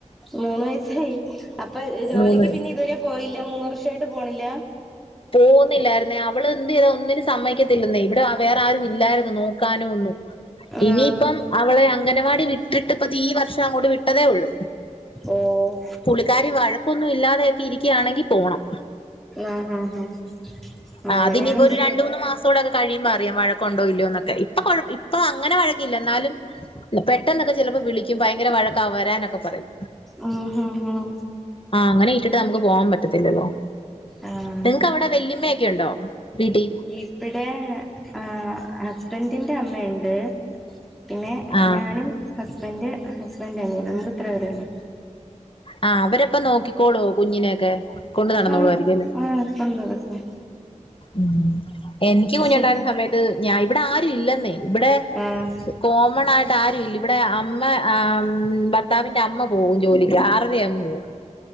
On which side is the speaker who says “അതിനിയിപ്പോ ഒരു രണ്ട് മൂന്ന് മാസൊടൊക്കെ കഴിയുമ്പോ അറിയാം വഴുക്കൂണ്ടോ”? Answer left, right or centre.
Left